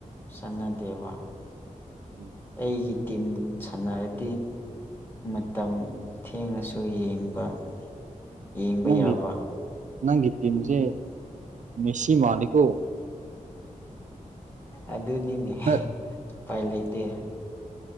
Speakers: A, on the left (about 15°); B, on the right (about 65°).
A: ꯁꯅꯥꯗꯦꯕ
B: ꯎꯝ
A: ꯑꯩꯒꯤ ꯇꯤꯝ ꯁꯥꯟꯅꯔꯗꯤ ꯃꯇꯝ ꯊꯦꯡꯉꯁꯨ ꯌꯦꯡꯕ ꯌꯦꯡꯕ
B: ꯅꯪꯒꯤ
A: ꯌꯥꯕ
B: ꯅꯪꯒꯤ ꯇꯤꯝꯁꯦ ꯃꯦꯁꯤ ꯃꯥꯜꯂꯤꯀꯣ
A: ꯑꯗꯨꯅꯤꯅꯦ ꯎꯄꯥꯏ
B: ꯍ
A: ꯂꯩꯇꯦ